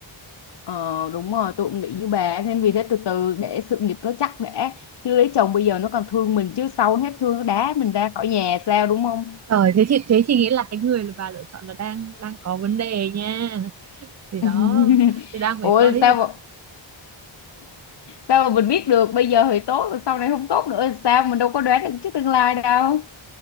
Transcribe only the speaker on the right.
trời thế thì thế thì nghĩa là cái người mà bà lựa chọn là đang đang có vấn đề nha thì Ừ.
đó thì đang phải
coi đấy